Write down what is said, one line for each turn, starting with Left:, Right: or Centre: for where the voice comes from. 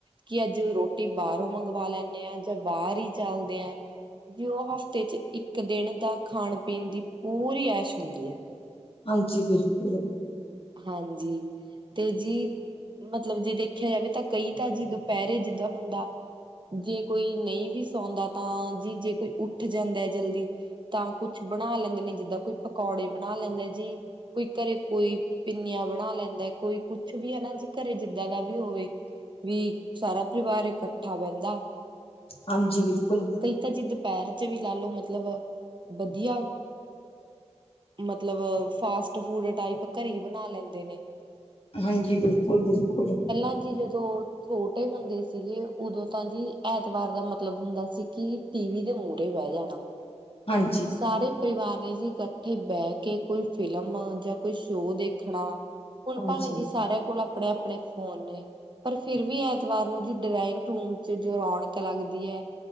Right: ਕਿ ਅੱਜ ਰੋਟੀ ਬਾਹਰੋਂ ਮੰਗਵਾ ਲੈਂਨੇ ਆਂ, ਜਾਂ ਬਾਹਰ ਹੀ ਚੱਲਦੇ ਆ ਜ ਉਹ ਹਫਤੇ ਚ ਇੱਕ ਦਿਨ ਦਾ ਖਾਣ ਪੀਣ ਦੀ ਪੂਰੀ ਐਸ਼ ਹੁੰਦੀ ਹੈ
Left: ਹਾਂਜੀ ਬਿਲਕੁਲ
Right: ਹਾਂਜੀ ਤੇ ਜੀ ਮਤਲਬ ਜੇ ਦੇਖਿਆ ਜਾਵੇ ਤਾਂ ਕਈ ਤਾਂ ਜੀ ਦੁਪਹਿਰੇ ਜਿੱਦਾਂ ਹੁੰਦਾ ਜੇ ਕੋਈ ਨਹੀਂ ਵੀ ਸੌਂਦਾ ਤਾਂ, ਜੀ ਜੇ ਕੋਈ ਉੱਠ ਜਾਂਦਾ ਹੈ ਜਲਦੀ ਤਾਂ ਕੁਛ ਬਣਾ ਲੈਂਦੇ ਨੇ ਜਿੱਦਾਂ ਕੋਈ ਪਕੌੜੇ ਬਣਾ ਲੈਂਦਾ ਜੀ, ਕੋਈ ਘਰੇ ਕੋਈ ਪਿੰਨੀਆਂ ਬਣਾ ਲੈਂਦਾ, ਕੋਈ ਕੁਛ ਵੀ ਹੈ ਨਾ ਜੀ ਘਰੇ ਜਿੱਦਾਂ ਦਾ ਵੀ ਹੋਵੇ ਵੀ ਸਾਰਾ ਪਰਿਵਾਰ ਇਕੱਠਾ ਬਹਿੰਦਾ
Left: ਹਾਂਜੀ ਬਿਲਕੁਲ
Right: ਕਹੀਤਾ ਜੀ ਦੁਪਹਿਰ ਚ ਵੀ ਲਾ ਲੋੋ ਮਤਲਬ ਵਧੀਆ ਮਤਲਬ ਫਾਸਟ ਫੂਡ ਟਾਈਪ ਘਰੀ ਬਣਾ ਲੈਂਦੇ ਨੇ।
Left: ਹਾਂਜੀ ਬਿਲਕੁਲ, ਬਿਲਕੁਲ।
Right: ਹਾਂਜੀ ਜਦੋਂ ਛੋਟੇ ਹੁੰਦੇ ਸੀਗੇ ਉਦੋਂ ਤਾਂ ਜੀ ਐਤਵਾਰ ਦਾ ਮਤਲਬ ਹੁੰਦਾ ਸੀ, ਕਿ ਟੀਵੀ ਦੇ ਮੋਹਰੇ ਬਹਿ ਜਾਣਾ। <unintelligible>
Left: ਹਾਂਜੀ
Right: ਸਾਰੇ ਪਰਿਵਾਰ ਨੇ ਜੀ ਇਕੱਠੇ ਬਹਿ ਕੇ ਕੋਈ ਫਿਲਮ ਜਾਂ ਕੋਈ ਸ਼ੋਅ ਦੇ ਖਣਾ ਹੁਣ
Left: ਹਾਂਜੀ
Right: ਭਾਵੇਂ ਜੀ ਸਾਰਿਆਂ ਕੋਲ ਆਪਣੇ ਆਪਣੇ ਫੋਨ ਨੇ ਪਰ ਫਿਰ ਵੀ ਐਤਵਾਰ ਨੂੰ ਜੀ ਡਰਾਇੰਗ ਰੂਮ ਚ ਜੋ ਰੌਣਕ ਲੱਗਦੀ ਹੈ